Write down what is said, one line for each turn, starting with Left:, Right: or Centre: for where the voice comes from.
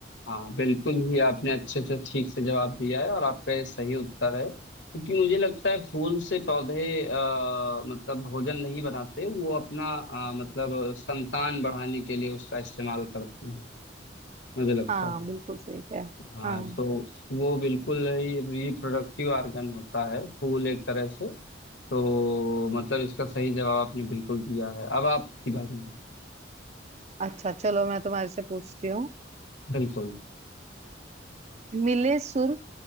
Left: हाँ बिल्कुल ही आपने अच्छे से ठीक से जवाब दिया है और आपका ये सही उत्तर है क्योंकि मुझे लगता है फूल से पौधे आ, मतलब भोजन नहीं बनाते वो अपना अ, मतलब संतान बढ़ाने के लिए उसका इस्तेमाल करते हैं मुझे लगता
Right: हाँ
Left: है
Right: बिल्कुल सही है
Left: हाँ
Right: हाँ
Left: तो वो बिल्कुल ही रिप्रोडक्टिव ऑर्गन होता है फूल एक तरह से तो मतलब इसका सही जवाब आपने बिल्कुल दिया है अब आपकी बारी है
Right: अच्छा चलो मैं तुम्हारे से पूछती हूँ
Left: बिल्कुल
Right: मिले सुर